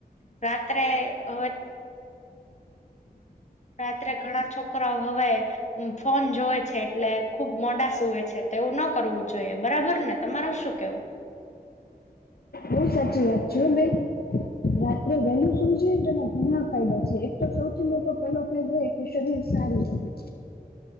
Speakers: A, on the left; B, on the left.
A: રાત્રે <unintelligible> રાત્રે ઘણા છોકરા હવે ફોન જોવે છે, એટલે ખુબ મોડા સૂવે છે, તો એવું ન કરવું જોઈએ બરાબર ને તમારું શું કેવું?
B: હું સાચી વાત છું બેન રાત્રે વહેલું સૂઈ જએ ને તો એના ઘણા ફાયદા છે, એક તો સૌથી મોટો પહેલો ફાયદો કે શબીર સારી રહે